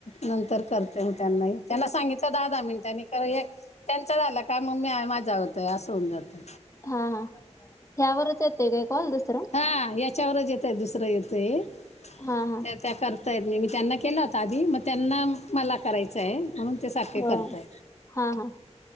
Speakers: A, on the left; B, on the left.
A: नंतर करते म्हटलं त्यांना सांगितलं दहा -दहा मिनिटांनी कर एक त्यांच झालं काय मम्मी मा असं होउन जातं
B: हा हा ह्यावरच येते काय कॉल दुसरं
A: हां यांच्या त्याच्यावरच येतय दुसरं येतय
B: हा हा
A: त्या -त्या कर म मी त्यांना केला होता आधी मग त्यांना मला करायचं म्हणून ते सारखे
B: होय
A: करताय
B: हा हा